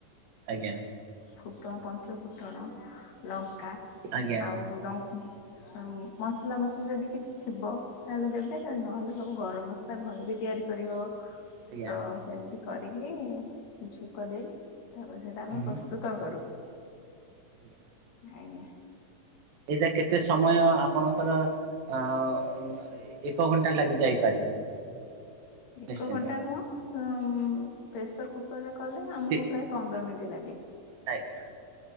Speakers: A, on the right; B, on the left.
A: ଆଜ୍ଞା
B: ଫୁଟଣ ପଞ୍ଚ ଫୁଟଣ ଲଙ୍କା
A: ଆଜ୍ଞା ଆଜ୍ଞା
B: ଆଉ ଲଙ୍କ୍ ମସଲା ମସଲା ଯଦି କିଛି ଥିବ ତାହେଲେ ଦେବେ, ନହେଲେ ସବୁ ଗରମ ମସ୍ ସେଟା ଘରେ ବି ତିଆରି କରିହବ।
A: ଆଜ୍ଞା
B: ତ ସେମିତି କରିକିରି ଛୁଙ୍କ ଦେଇ, ତାପରେ ସେଇଟା ଆମେ
A: ହୁଁ
B: ପ୍ରସ୍ତୁତ କରୁ।
A: ଆଜ୍ଞା।
B: ଆଜ୍ଞା।
A: ଏଇଟା କେତେ ସମୟ ଆପଣଙ୍କର ଅ ହ ମ ଏକ ଘଣ୍ଟା ଲାଗି ଯାଇପାରେ।
B: ଏକ
A: ନିଶ୍ଚିନ୍ତ
B: ଘଣ୍ଟା ନୁହଁ, ସମ୍ ପ୍ରେସର କୁକରରେ କଲେ, ଆମକୁ
A: ତି
B: ପ୍ରାୟ ପନ୍ଦର ମିନିଟ୍ ଲାଗେ।
A: ଆଜ୍ଞା,